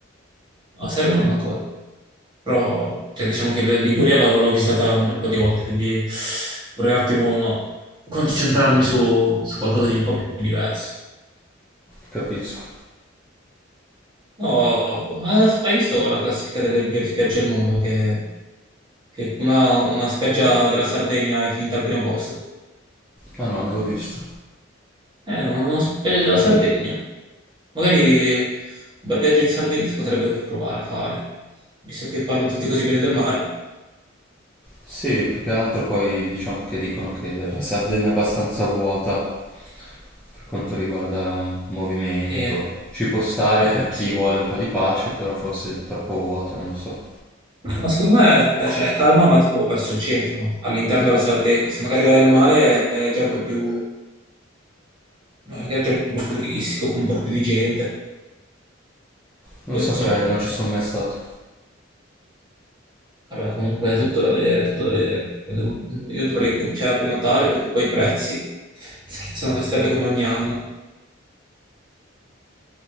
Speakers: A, on the right; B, in the centre.
A: A Sermo non ancora. Però, cioè, diciamo che la Liguria l'ho l'ho visitata un bel po' di volte, quindi vorrei un attimo concentrarmi su, su qualcosa di un po' più diverso.
B: Capisco.
A: No, boh, ma hai visto la classifica delle migliori spiagge al mondo? Che, che una, una spiaggia della Sardegna è finita al primo posto.
B: Ma no, non l'ho visto.
A: Eh, una spiaggia della Sardegna. Magari un bel viaggio in Sardegna si potrebbe provare a fare, visto che parlano tutti così bene del mare.
B: Sì, più che altro poi diciamo che dicono che la Sardegna è abbastanza vuota per quanto riguarda um, movimento.
A: E,
B: Ci può stare
A: eh,
B: per chi
A: sì.
B: vuole un po' di pace, però forse è troppo vuota, non lo so.
A: Ma secondo me, cioè, calma, ma tipo verso il centro, no? All'interno della Sardegna. Se magari vai al mare è già un po' più, magari è già un po' più turistico, con un po' più di gente.
B: Non
A: Poi
B: saprei,
A: non so,
B: non ci sono mai stato.
A: vabbè, comunque è tutto da vedere, tutto da vedere. Devo- Io dovrei cominciare a prenotare perché poi i prezzi schizzano alle stelle come ogni anno.